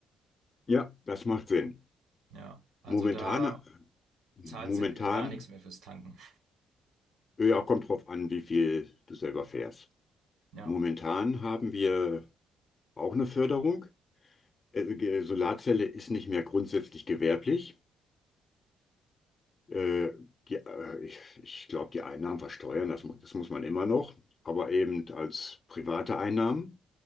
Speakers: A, on the left; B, on the right.
A: Ja, das macht Sinn.
B: Ja, also
A: Momentan,
B: da
A: momentan,
B: zahlst du g- gar nichts mehr fürs Tanken.
A: ja, kommt drauf an, wie viel du selber fährst.
B: Ja.
A: Momentan haben wir auch eine Förderung. Äh, Ge- Solarzelle ist nicht mehr grundsätzlich gewerblich. Äh, die, äh, ich ich glaube, die Einnahmen versteuern, das, mu- das muss man immer noch, aber eben als private Einnahmen.